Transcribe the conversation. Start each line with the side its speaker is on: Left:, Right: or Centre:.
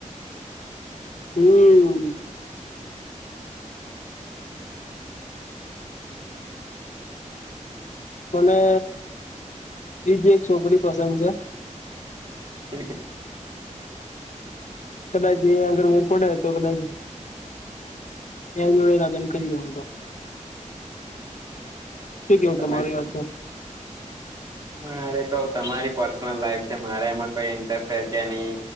Left: હમ. મને, બીજી એક છોકરી પસંદ છે.
Right: <unintelligible>
Left: કદાચ એ આગળ મેળ પડે તો કદાચ એની જોડે લગન કરી લઉં હું તો. શું કેવું
Right: એ તમે
Left: તમારી
Right: જ.
Left: વાત પર
Right: મારે તો તમારી પર્સનલ લાઈફ છે મારે એમાં કઈ ઇન્ટરફેર કેની